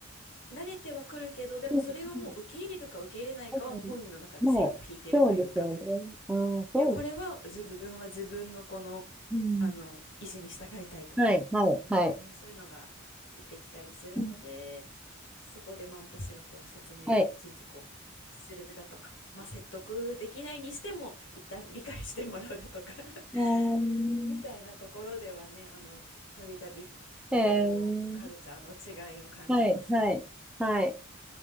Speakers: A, on the left (about 60°); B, in the centre.
A: 慣れてはくるけどでもそれはもう受け入れるか受け入れないかはもう本人の中で線を引いてるというか
B: うん、うん、うん。まあ、そうですよね。ああ、そう。
A: いや、これは自分は自分のこの、
B: うん。
A: あの意思に従いたいとか、
B: はい、はい、
A: まあね、
B: はい。
A: そういうのが出てきたりするので、
B: うん
A: そこでまあ私がこう説明をいちいちこうするだとか、
B: はい。
A: まあ、説得できないにしても一旦理解してもらうだとか
B: うーん。
A: <laughs> みたいなところではね、あのたびたびこうカルチャーの違いを感じますね。
B: えー、はい、はい、はい。